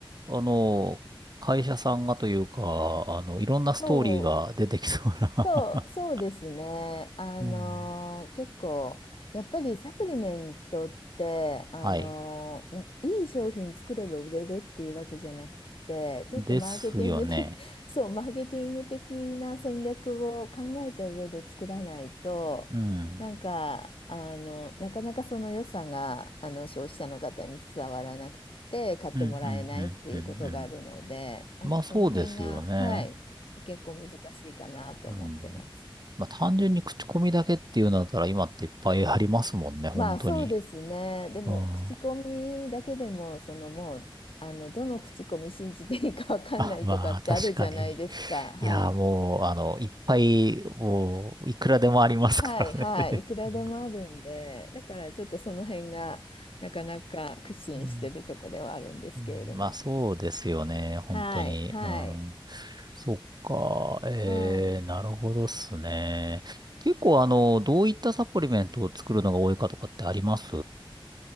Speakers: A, on the right; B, on the left.
A: あの、会社さんがというか、あの、いろんなストーリーが出てきそうな
B: そうそう、そうですね。
A: <laughs>
B: あのー結構、
A: うん、
B: やっぱりサプリメントって、あのーなんかいい商品作れば売れるっていうわけじゃなくて、
A: はい。ですよね。
B: ちょっとマーケティング的、<laughs> そう、マーケティング的な戦略を考えた上で作らないと、
A: うん。
B: なんか、あの、なかなかその良さが、あの、消費者の方に伝わらなくて、買ってもらえないっていうことがあるので、
A: うんうんうんうんうん。
B: なんかその辺が、
A: まあそうですよね。
B: はい。結構難しいかなと思ってます。
A: うん。まあ単純に口コミだけっていうんだったら今っていっぱいありますもんね、本当に。
B: まあそうですね。でも口コミだけでもそのもうあのどの口コミ信じていいかわかんないとかってあるじゃないですか。
A: うん。あ、まあ確かに。
B: はい。
A: いや、もう、あの、いっぱい、もう、いくらでもありますからね。
B: はいはい。いくらでもあるんで、
A: <laughs>
B: だからちょっとその辺がなかなか苦心してるとこではあるんですけれども。
A: うんうんまあそうですよね、本当に。
B: はいはい
A: うん。そっか、えー、
B: はい。
A: なるほどっすね。結構あの、どういったサプリメントを作るのが多いかとかってあります